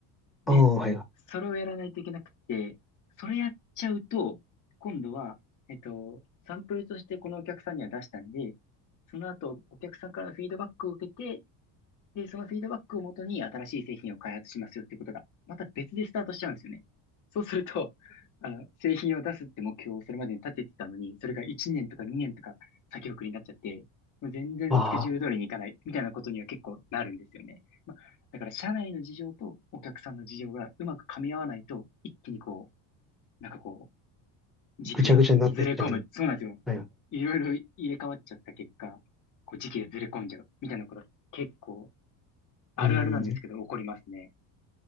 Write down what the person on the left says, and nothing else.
で、
それをやらないといけなくて、それやっちゃうと、今度は、えっと、サンプルとしてこのお客さんには出したんで、その後、お客さんからのフィードバックを受けて、で、そのフィードバックをもとに新しい製品を開発しますよってことが、また別でスタートしちゃうんですよね。そうすると、あの、製品を出すって目標をそれまでに立ててたのに、それが1年とか2年とか先送りになっちゃって、もう全然スケジュール通りにいかないみたいなことには結構なるんですよね。
まあ、だから社内の事情とお客さんの事情がうまく噛み合わないと、一気にこう、なんかこう、時期がずれ込む。
そうなんですよ。
いろいろ入れ替わっちゃった結果、こう時期がずれ込んじゃうみたいなことが結構あるあるなんですけど、
怒りますね。